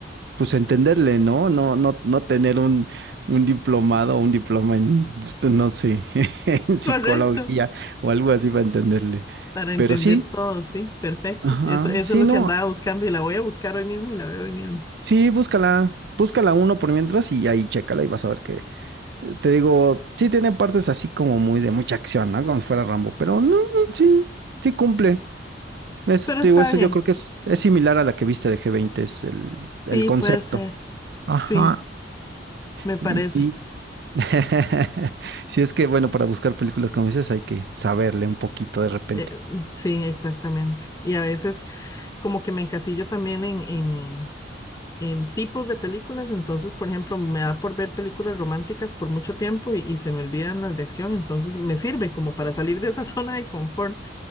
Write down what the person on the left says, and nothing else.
Correcto.
Para entender
todo, sí, perfecto.
Eso, eso
es lo
que andaba buscando y la voy a buscar hoy mismo y la veo hoy mismo.
Pero
está
bien.
Sí,
puede ser.
Sí, me parece.
Eh, sí, exactamente. Y a veces como que me encasillo también en, en en tipos de películas, entonces, por ejemplo, me da por ver películas románticas por mucho tiempo y, y se me olvidan las de acción, entonces me sirve como para salir de esa <laughs> zona de confort.